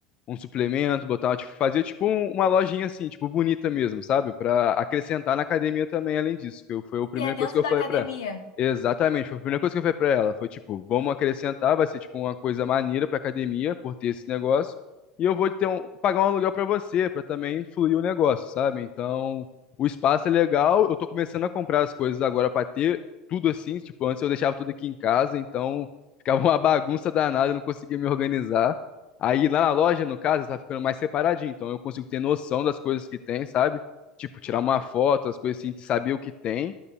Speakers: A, on the left; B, on the left.
A: um suplemento, botava, tipo, fazia tipo um- uma lojinha assim, tipo, bonita mesmo, sabe? Pra acrescentar na academia também, além disso, que eu- foi a primeira
B: Se é
A: coisa
B: dentro
A: que eu
B: da
A: falei
B: academia.
A: pra ela. Exatamente, foi a primeira coisa que eu falei pra ela. Foi tipo, vamos acrescentar, vai ser tipo uma coisa maneira pra academia por ter esse negócio. E eu vou ter um, pagar um aluguel pra você, pra também fluir o negócio, sabe? Então, o espaço é legal, eu tô começando a comprar as coisas agora pra ter tudo assim, tipo, antes eu deixava tudo aqui em casa, então ficava uma bagunça danada, eu não conseguia me organizar. Aí lá na loja, no caso, tá ficando mais separadinho. Então eu consigo ter noção das coisas que tem, sabe? Tipo, tirar uma foto, as coisas assim, saber o que tem.